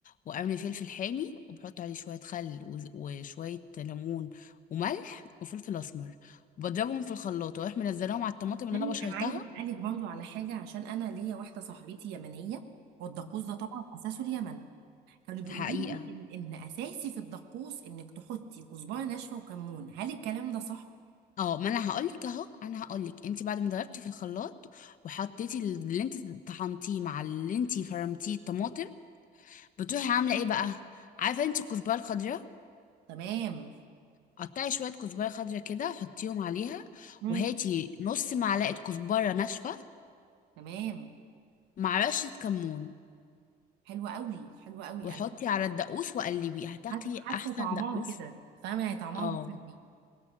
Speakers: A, on the left; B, on the right.
A: وقرن فلفل حامي وبحط عليه شويه خل وز- وشويه ليمون وملح وفلفل اسمر بضربهم في الخلاط واروح منزلاهم على الطماطم اللي
B: يعني
A: انا بشرتها
B: انا عايزه اسالك برضو على حاجه عشان انا ليا واحده صاحبتي يمنيه والدقوس ده طبعا اساسه اليمن كانوا بيقولوا
A: حقيقة
B: لي ان ان اساسي في الدقوس انك تحطي كزبره ناشفه وكمون هل الكلام ده صح
A: اه ما انا هقولك اهو انا هقولك انت بعد ما ضربتي في الخلاط وحطيتي اللي انت طحنتيه مع اللي انت فرمتيه الطماطم بتروحي عامله ايه بقى عارفه انت الكزبره الخضراء
B: تمام
A: قطعي شويه كزبره خضراء كده حطيهم عليها
B: مم.
A: وهاتي نص معلقه كزبره ناشفه
B: تمام
A: مع رشه كمون
B: حلوه قوي حلوه قوي
A: وحطي
B: انا
A: على الدقوس وقلبي هتاكلي
B: حاس- حاسه
A: احسن
B: طعمها
A: دقوس
B: كده فاهمه يعني طعمها
A: اه
B: وصلني